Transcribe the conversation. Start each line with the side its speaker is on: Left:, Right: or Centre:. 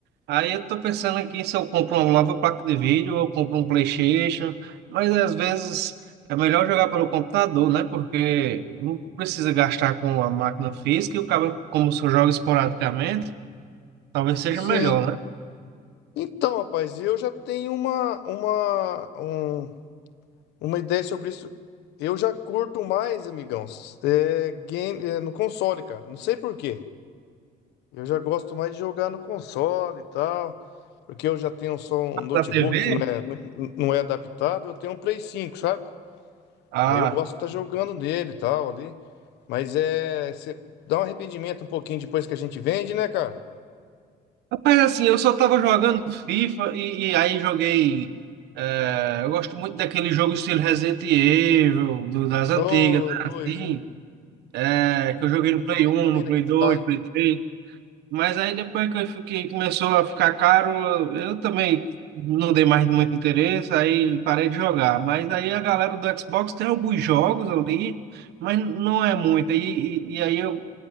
Right: Aí eu tô pensando aqui se eu compro uma nova placa de vídeo ou eu compro um PlayStation, mas às vezes é melhor jogar pelo computador, né? Porque não precisa gastar com a máquina física e o cabo, como se eu jogo esporadicamente, talvez seja
Left: Sim.
Right: melhor, né?
Left: Então, rapaz, eu já tenho uma uma um- uma ideia sobre isso. Eu já curto mais, amigão, s- é, game é, no console, cara. Não sei por quê. Eu já gosto mais de jogar no console e tal, porque eu já tenho só um notebook
Right: Da TV?
Left: que não é, não não é adaptado. Eu tenho um Play cinco sabe?
Right: Ah,
Left: Aí eu gosto de estar jogando nele e tal ali. Mas é. cê dá um arrependimento um pouquinho depois que a gente vende, né, cara?
Right: rapaz, assim, eu só tava jogando FIFA e, e aí joguei. eh, eu gosto muito daquele jogo estilo Resident Evil, do, das antigas,
Left: Ô,
Right: né?
Left: é dois,
Right: Assim,
Left: hein?
Right: é, que eu joguei no
Left: Demais
Right: Play 1,
Left: também
Right: no
Left: naquele
Right: Play 2,
Left: lá, hein?
Right: Play 3. Mas aí depois que eu fiquei, começou a ficar caro, eu também não dei mais muito interesse, aí parei de jogar. Mas aí a galera do Xbox tem alguns jogos ali, mas não é muito. E, e, e aí eu,